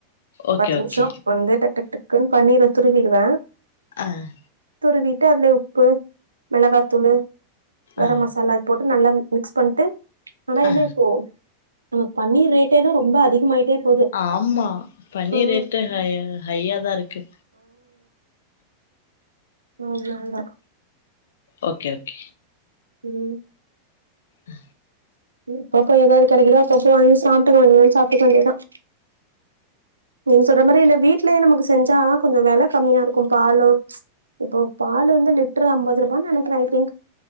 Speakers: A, on the left (about 60°); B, on the right (about 80°).
A: ஓகே
B: பத்து
A: ஓகே
B: நிமிஷோ வந்து டக் டக் டக்குன்னு பண்ணிற துருவிடுவேன்
A: ஆஹ்
B: துருவிட்டு அப்டியே உப்பு மிளகாய்த்தூளு கர
A: ஆ
B: மசாலா போட்டு நல்லா மிக்ஸ் பண்ட்டு ஆனா
A: ஆ
B: என்ன நம்ம பன்னீர் ரேட்டே தா ரொம்ப அதிகமாயிட்டே போது
A: ஆமா பன்னீர்
B: ம்
A: ரேட்டு ஹ ஹையாதா இருக்கு
B: அதனாலதா
A: ஓகே ஓகே
B: உம்
A: அ
B: எப்பப்ப ஏதாவது கெடைக்குதோ அப்பப்போ வாங்கி சாப்ட்டுக்க வேண்டியத வேண்டியதுதா சாப்பிட்டு கொண்டேதான் நீங்க சொல்ற மாதிரி இல்ல வீட்லயே நமக்கு செஞ்சா கொஞ்சோ வெல கம்மியாருக்கும் பாலு இப்போ பால வந்து லிட்ரு ஐம்பது ரூபான் நெனைக்கிறே ஐ திங்க்